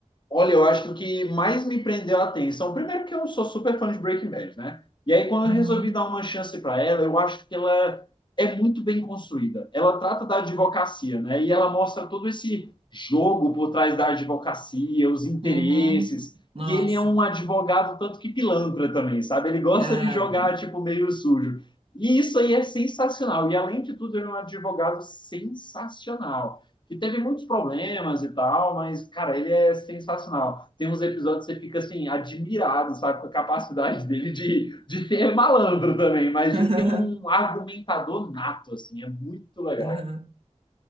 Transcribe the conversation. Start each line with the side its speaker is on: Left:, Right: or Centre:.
Left: Olha, eu acho que o que mais me prendeu a atenção, primeiro que eu sou super fã de Breaking Bad, né? E aí quando
Right: Uhum.
Left: eu resolvi dar uma chance para ela, eu acho que ela é muito bem construída. Ela trata da advocacia, né? E ela mostra todo esse jogo por trás da advocacia, os interesses.
Right: Uhum. Nossa.
Left: E ele é um advogado tanto que pilantra também, sabe? Ele gosta
Right: Ah.
Left: de jogar tipo meio sujo. E isso aí é sensacional. E além de tudo, ele é um advogado sensacional que teve muitos problemas e tal, mas, cara, ele é sensacional. Tem uns episódios que você fica, assim, admirado, sabe, com a capacidade <laughs> dele de, de ser malandro também, mas
Right: <laughs>
Left: de ser um argumentador nato, assim, é muito legal.
Right: Uhum.